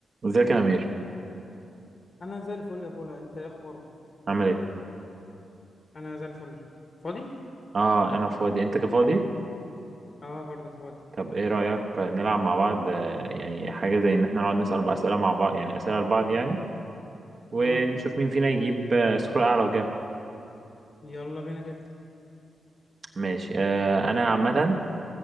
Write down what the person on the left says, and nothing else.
انا زي الفل يا بولا انت ايه اخبارك
انا زي الفل فاضي
اه برضه فاضي
اه
يلا بينا جدا